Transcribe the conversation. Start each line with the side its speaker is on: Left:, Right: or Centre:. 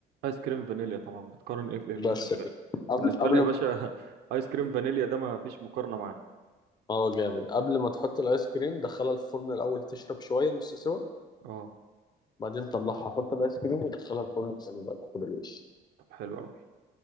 Right: ايس كريم فانيليا طبعا بتقارن ايه في ايه
Left: بس
Right: بالنسبه
Left: يا باشا.
Right: لي
Left: قبل
Right: بالنسبه
Left: قبل
Right: لي يا باشا <laughs> ايس كريم فانيليا ده ما فيش مقارنه معاه
Left: ما هو جامد قبل ما تحط الايس كريم دخلها الفرن الاول تشرب شويه نص سوا
Right: اه
Left: بعدين طلعها حط الايس كريم ودخلها الفرن تاني بقى تاخد الوش
Right: طب حلو قوي